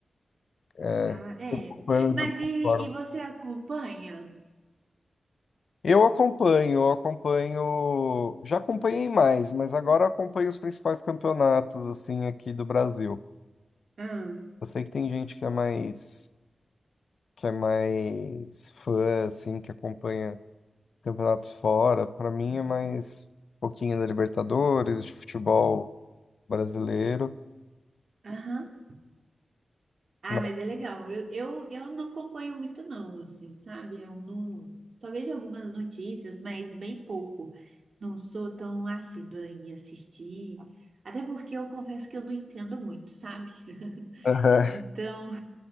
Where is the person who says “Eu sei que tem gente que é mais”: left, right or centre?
Left